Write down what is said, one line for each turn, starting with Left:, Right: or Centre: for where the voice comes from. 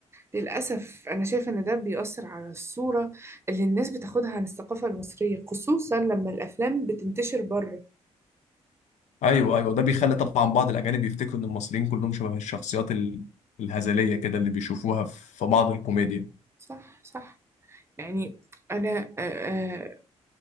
Right: للأسف أنا شايفة إن ده بيأثر على الصورة اللي الناس بتاخدها عن الثقافة المصرية خصوصا لما الأفلام بتنتشر بره
Left: ايوه ايوه ده بيخلي طبعا بعض الاجانب يفتكروا ان المصريين كلهم شبه الشخصيات ال- الهزليه كده اللي بيشوفوها في بعض الكوميديا
Right: صح صح يعني أنا آه،